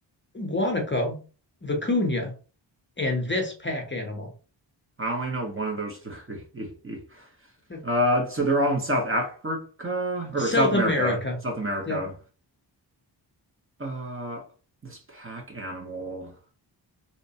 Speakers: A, on the left (about 25°); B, on the right (about 30°).
A: guanaco, vicuña, and this pack animal.
B: I only know one of those three. <laughs>
A: <laughs>
B: Uh, so they're all in South Africa or
A: South
B: South
A: America.
B: America. South America.
A: Yep.
B: Uh, this pack animal.